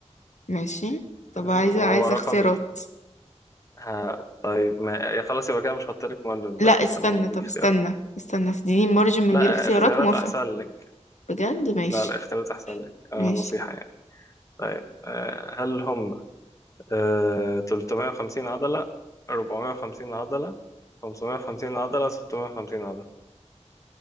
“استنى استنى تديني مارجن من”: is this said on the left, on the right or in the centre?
Left